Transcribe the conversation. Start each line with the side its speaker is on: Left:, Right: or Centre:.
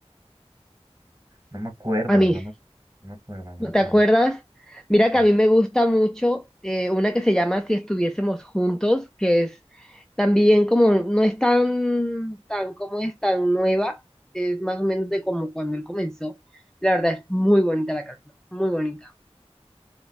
Right: No me acuerdo,
Centre: A mí,
Right: no me, no me acuerdo, no
Centre: ¿no
Right: me acuerdo.
Centre: te acuerdas? Mira
Right: No.
Centre: que a mí me gusta mucho eh, una que se llama Si estuviésemos juntos, que es también como, no es tan, tan, como es tan nueva, es más o menos de como cuando él comenzó. La verdad es muy bonita la canción, muy bonita.